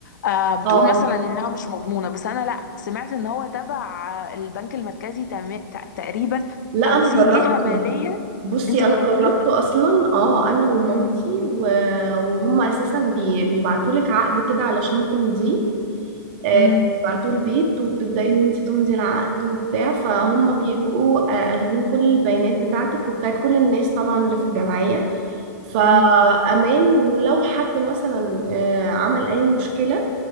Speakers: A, on the left; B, on the right.
A: آه بتقول
B: اه
A: مثلا انها مش مضمونه بس انا لا سمعت ان هو تبع آه، البنك المركزي تم- ت- تقريبا
B: لا
A: او
B: انا
A: في
B: جربته
A: جهه ماليه
B: بصي
A: انت جربتيه
B: انا جربته اصلا اه انا ومامتي
A: مم.
B: و... وهم اساسا بي... بيبعتوا لك عقد كده علشان تمضيه آه،
A: امم
B: بيبعتوه البيت وبتبداي ان انت تمضي العقد وبتاع فهم بيبقوا آه، اخدين كل البيانات بتاعتك وبتاعت كل الناس طبعا اللي في الجمعيه فأمان
A: امم
B: ولو حد مثلا آه، عمل أي مشكلة